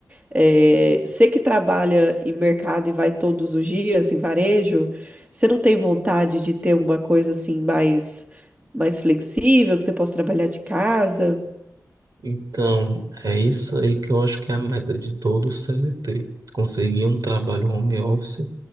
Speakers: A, on the right (about 20°); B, on the right (about 70°).
A: É, você que trabalha em mercado e vai todos os dias em varejo, você não tem vontade de ter uma coisa assim mais mais flexível, que você possa trabalhar de casa?
B: Então, é isso aí que eu acho que é a meta de todo CLT. Conseguir um trabalho home office